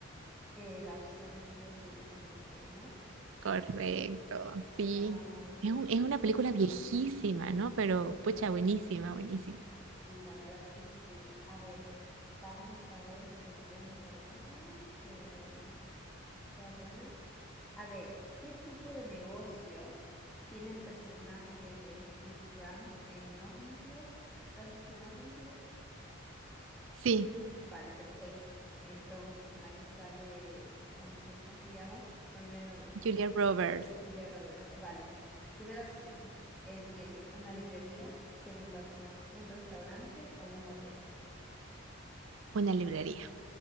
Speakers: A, in the centre; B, on the right.
A: Eh, la opción C, tienes un email, ¿no?
B: Correcto, sí.
A: Ah,
B: Es
A: y
B: un- es una película viejísima, ¿no? Pero, pucha, buenísima, buenísima.
A: sí, la verdad que sí. A ver, vamos a ver si encuentro una que sea buena. A ver, ¿qué tipo de negocio tiene el personaje de Hugh Grant en Notting Hill? ¿Te has visto Notting Hill?
B: Sí,
A: Vale, perfecto. Entonces, en la que sale esta mujer, ¿cómo se llama? Me olvidé el nombre.
B: Julia Roberts,
A: Julia Roberts, Eh, vale. Primera opción: Él tiene una librería. Segunda opción: un restaurante o un hotel.
B: Una librería.